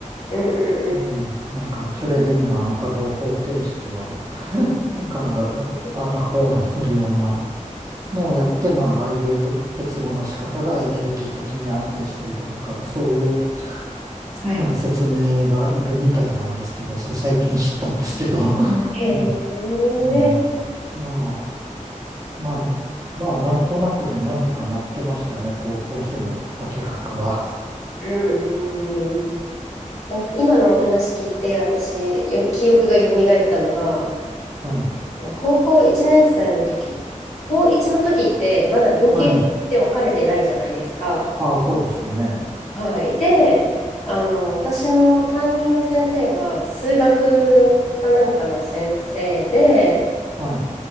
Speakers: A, on the left (about 60°); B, on the right (about 25°).
A: うんうんう
B: うん、なんか、シュレディンガーの波動方程式を、から、
A: ん。
B: ああだこうだするようなのをやって、まあ、ああいう結合の仕方がエネルギー的に安定しているとか、そういう、
A: はい。
B: なんか説明がいるみたいなんですけど、それ最近知ったんですけど、<laughs>
A: へえ。
B: ええ
A: うん
B: うんまあ、まあ、まあ、なんとなくでなんとかなってましたよね、高校生の化学は。
A: うんうん。なんか今のお話聞いて、私、よ記憶が蘇ったのが、
B: はい。
A: 高校1年生の時、高1の時って、まだ文系理系って分かれてないじゃないですか。
B: はい。ああ、そうでしたね。
A: はい。で、あの、私の担任の先生が、数学かなんかの先生で、
B: はい。